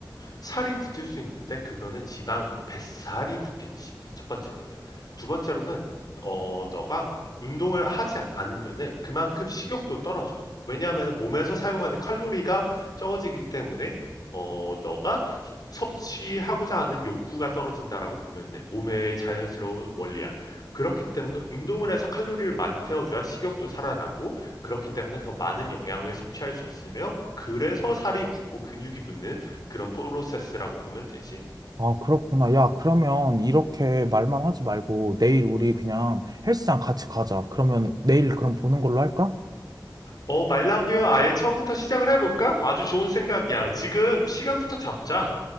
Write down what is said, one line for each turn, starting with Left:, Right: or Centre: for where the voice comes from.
Left: 살이 붙을 수 있는데 그거는 지방, 뱃살이 붙겠지. 첫 번째로는. 두 번째로는 어 너가 운동을 하지 않으면은 그만큼 식욕도 떨어져. 왜냐하면은 몸에서 사용하는 칼로리가 적어지기 때문에 어 너가 수- 섭취하고자 하는 욕구가 떨어진다라고 보면 돼. 몸의 자연스러운 원리야. 그렇기 때문에 운동을 해서 칼로리를 많이 태워줘야 식욕도 살아나고 그렇기 때문에 더 많은 영양을 섭취할 수 있으며 그래서 살이 붙고 근육이 붙는 그런 프로세스라고 보면 되지.
Right: 아, 그렇구나. 야, 그러면 이렇게 말만 하지 말고 내일 우리 그냥 헬스장 같이 가자. 그러면 내일 그럼 보는 걸로 할까?
Left: 어, 말 나온 김에 아예 처음부터 시작을 해볼까? 아주 좋은 생각이야. 지금 시간부터 잡자.